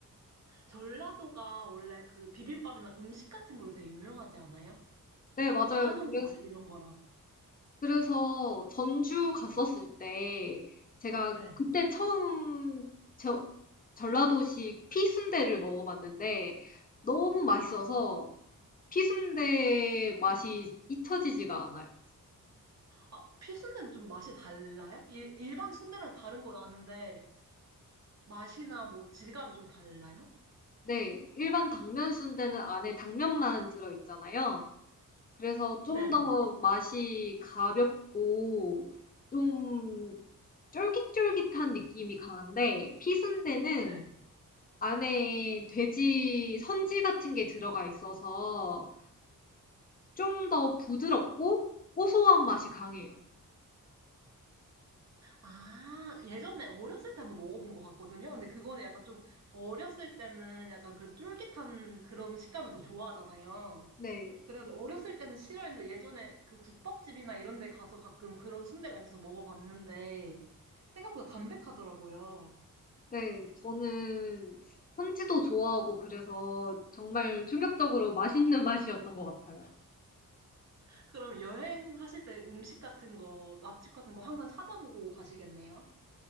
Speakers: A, on the right (about 50°); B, on the left (about 25°).
A: 전라도가 원래 그 비빔밥이나 음식 같은 걸로 되게 유명하지 않아요?
B: 네, 맞아요.
A: 한옥마을
B: 그래서,
A: 이런 거랑.
B: 그래서 전주 갔었을 때 제가
A: 네.
B: 그때 처음 저, 전라도식 피순대를 먹어봤는데 너무 맛있어서 피순대 맛이 잊혀지지가 않아요.
A: 아, 필순대는 좀 맛이 달라요? 일, 일반 순대랑 다른 건 아는데 맛이나 뭐 질감이 좀 달라요?
B: 네. 일반 당면 순대는 안에 당면만 들어 있잖아요. 그래서 좀
A: 네네.
B: 더 맛이 가볍고 좀 쫄깃쫄깃한 느낌이 강한데 피순대는
A: 네.
B: 안에 돼지 선지 같은 게 들어가 있어서 좀 더 부드럽고 고소한 맛이 강해요.
A: 아, 예전에 어렸을 때 한번 먹어본 것 같거든요. 근데 그거는 약간 좀 어렸을 때는 약간 그래도 쫄깃한 그런 식감을 더 좋아하잖아요.
B: 네.
A: 그래서 어렸을 때는 싫어했는데 예전에 그 국밥집이나 이런 데 가서 가끔 그런 순대가 있어서 먹어봤는데 생각보다 담백하더라고요.
B: 네. 저는 선지도 좋아하고 그래서 정말 충격적으로 맛있는 맛이었던 것 같아요.
A: 그럼 여행하실 때 음식 같은 거, 맛집 같은 거 항상 찾아보고 가시겠네요?